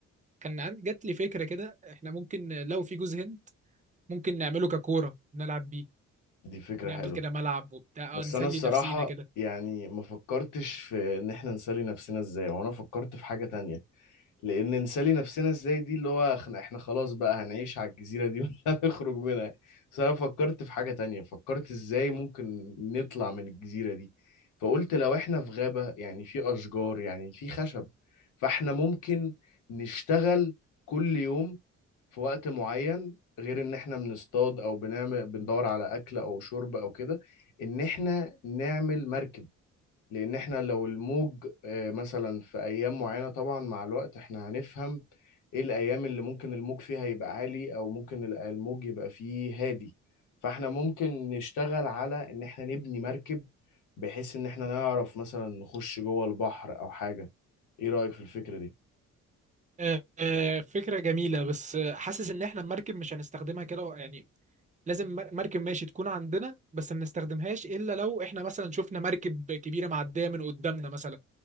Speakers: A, on the right; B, on the left.
A: كان عن- جات لي فكرة كده احنا ممكن آه، لو في جوز هند ممكن نعمله ككورة نلعب بيه
B: دي فكرة
A: نعمل
B: حلوة
A: كده ملعب وبتاع
B: بس
A: اه نسلي
B: انا الصراحة
A: نفسينا كده
B: يعني ما فكرتش في ان احنا نسلي نفسنا ازاي وانا فكرت في حاجة تانية لان نسالي نفسنا ازاي دي اللي هو احنا احنا خلاص بقى هنعيش على الجزيره دي <laughs> ولا هنخرج منها بس انا فكرت في حاجه تانية فكرت ازاي ممكن نطلع من الجزيره دي فقلت لو احنا في غابه يعني في اشجار يعني في خشب فاحنا ممكن نشتغل كل يوم في وقت معين غير ان احنا بنصطاد او بنعمل بندور على اكل او شرب او كده ان احنا نعمل مركب لان احنا لو الموج آه، مثلا في ايام معينه طبعا مع الوقت احنا هنفهم ايه الايام اللي ممكن الموج فيها يبقى عالي او ممكن ال- الموج يبقى فيه هادي فاحنا ممكن نشتغل على ان احنا نبني مركب بحيث ان احنا نعرف مثلا نخش جوه البحر او حاجه ايه رايك في الفكره دي
A: آه، آه، فكرة جميلة بس آه، حاسس ان احنا المركب مش هنستخدمها كده يعني لازم مر- مركب ماشي تكون عندنا بس ما بنستخدمهاش الا لو احنا مثلا شفنا مركب كبيرة معدية من قدامنا مثلا